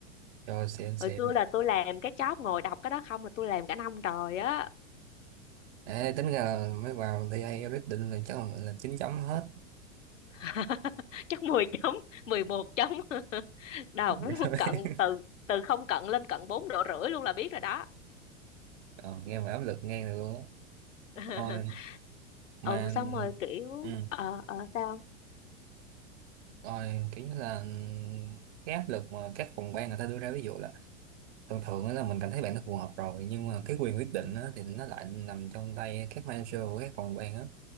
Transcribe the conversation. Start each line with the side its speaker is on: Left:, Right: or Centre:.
Right: rồi xịn xịn
Left: hồi xưa là tôi làm cái job ngồi đọc cái đó không là tôi làm cả năm trời á
Right: Ê, tính ra là mấy vào thì AI quyết là chắc là, là 9 chấm hết
Left: <laughs> chắc 10 chấm 11 chấm <laughs> đọc
Right: <laughs>
Left: cận từ từ không cận lên cận bốn độ rưỡi luôn là biết rồi đó
Right: Ờ, nghe mà áp lực ngang được luôn á
Left: <laughs>
Right: ôi mà
Left: ừ xong rồi kiểu
Right: ừ.
Left: ờ ờ sao
Right: ôi kiểu như là cái áp lực mà các phòng ban người ta đưa ra ví dụ là thường thường á là mình cảm thấy bạn nó phù hợp rồi nhưng mà cái quyền quyết định
Left: không
Right: á, thì nó lại nằm trong tay các manager của các phòng ban á